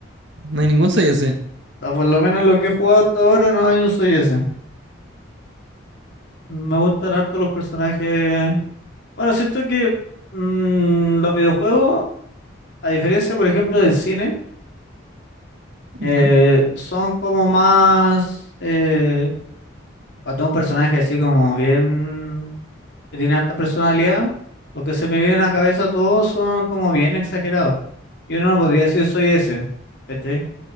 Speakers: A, on the right; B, on the left.
A: No hay ningún soy ese.
B: sea, por lo menos lo que he jugado hasta ahora no hay un soy ese. Me gustan harto los personajes. Bueno, siento que mm, los videojuegos, a diferencia, por ejemplo, del cine, eh,
A: Ujú.
B: son como más... Eh, cuando un personaje así como bien... que tiene alta personalidad, lo que se me viene a la cabeza todos son como bien exagerados. Y uno no podría decir soy ese, ¿cachai?